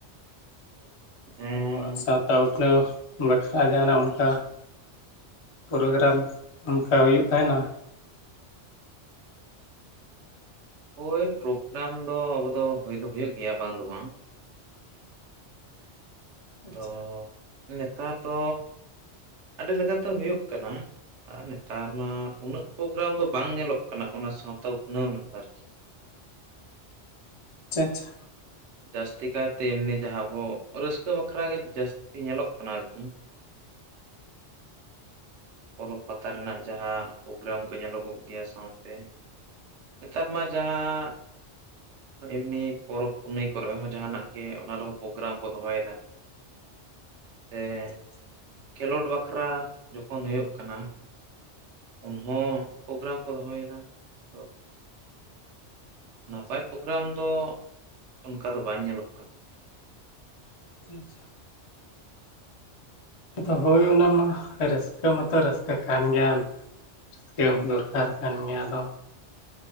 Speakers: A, on the right (about 85°); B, on the left (about 45°).
A: ᱦᱮᱸ
B: ᱟᱵᱚᱣᱟᱜ ᱥᱟᱶᱛᱟ ᱩᱛᱱᱟᱹᱣ ᱵᱟᱠᱷᱨᱟ ᱡᱟᱦᱟᱱᱟᱜ ᱚᱱᱠᱟ ᱯᱨᱳᱜᱨᱟᱢ ᱚᱱᱠᱟ ᱦᱩᱭᱩᱜ ᱛᱟᱦᱮᱱᱟ
A: ᱳᱭ ᱯᱨᱳᱜᱨᱟᱢ ᱫᱚ ᱟᱵᱚ ᱫᱚ ᱦᱳᱭ ᱫᱚ ᱦᱳᱭᱳᱜ ᱜᱮᱭᱟ ᱵᱟᱝ ᱫᱚ ᱵᱟᱝ
B: ᱟᱪᱪᱷᱟ
A: ᱟᱫᱚ ᱱᱮᱛᱟᱨ ᱛᱚ ᱟᱹᱰᱤ ᱞᱮᱠᱟᱛᱮ ᱦᱳᱭᱳᱜ ᱠᱟᱱᱟ ᱾ ᱟᱨ ᱱᱮᱛᱟᱨ ᱢᱟ ᱩᱱᱟᱹᱜ ᱯᱨᱳᱜᱨᱟᱢ ᱫᱚ ᱵᱟᱝ ᱧᱮᱞᱚᱜ ᱠᱟᱱᱟ ᱚᱱᱟ ᱥᱟᱶᱛᱟ ᱩᱛᱱᱟᱹᱣ ᱱᱟᱯᱟᱨᱠᱤ ᱾
B: ᱟᱪᱪᱷᱟ ᱪᱪᱷᱟ
A: ᱡᱟᱹᱥᱛᱤ ᱠᱟᱭᱛᱮ ᱮᱢᱱᱤ ᱡᱟᱦᱟᱸᱵᱚ ᱨᱟᱹᱥᱠᱟᱹ ᱵᱟᱠᱷᱨᱟ ᱜᱮ ᱡᱟᱹᱥᱛᱤ ᱧᱮᱞᱚᱜ ᱠᱟᱱᱟ ᱟᱨᱠᱤ ᱾ ᱯᱚᱨᱚᱵᱽ ᱯᱟᱛᱟ ᱨᱮᱱᱟᱜ ᱡᱟᱦᱟᱸ ᱯᱳᱜᱨᱟᱢ ᱠᱚ ᱧᱮᱞᱚᱜᱚᱜ ᱜᱮᱭᱟ ᱥᱟᱶ ᱛᱮ ᱱᱮᱛᱟᱨ ᱢᱟ ᱡᱟᱦᱟᱸ ᱮᱢᱱᱤ ᱯᱚᱨᱚᱵᱽ ᱯᱩᱱᱟᱹᱭ ᱠᱚᱨᱮ ᱦᱚᱸ ᱡᱟᱦᱱᱟᱜ ᱜᱮ ᱚᱱᱟ ᱨᱮᱦᱚᱸ ᱯᱳᱜᱨᱟᱢ ᱠᱚ ᱫᱚᱦᱚᱭᱮᱫᱟ ᱦᱮᱸ
B: ᱟᱪᱪᱷᱟ
A: ᱠᱷᱮᱞᱳᱰ ᱵᱟᱠᱷᱨᱟ ᱛᱚᱠᱷᱚᱱ ᱦᱩᱭᱩᱜ ᱠᱟᱱᱟ ᱩᱱᱦᱚᱸ ᱯᱳᱜᱨᱟᱢ ᱠᱚ ᱫᱚᱦᱚᱭᱮᱫᱟ ᱟᱫᱚ ᱱᱟᱯᱟᱭ
B: ᱟᱪᱪᱷᱟ
A: ᱯᱨᱳᱜᱨᱟᱢ ᱫᱚ ᱚᱱᱠᱟ ᱫᱚ ᱵᱟᱝ ᱧᱮᱞᱚᱜ ᱠᱟᱱᱟ
B: ᱟᱪᱪᱷᱟ ᱟᱪᱪᱷᱟ ᱟᱫᱚ ᱦᱳᱭ ᱚᱱᱟ ᱢᱟ ᱨᱟᱹᱥᱠᱟᱹ ᱢᱟᱛᱚ ᱨᱟᱹᱥᱠᱟᱹ ᱠᱟᱱ ᱜᱮᱭᱟ ᱨᱟᱹᱥᱠᱟᱹ ᱦᱚᱸ ᱫᱚᱨᱠᱟᱨ ᱠᱟᱱ ᱜᱮᱭᱟ ᱟᱫᱚ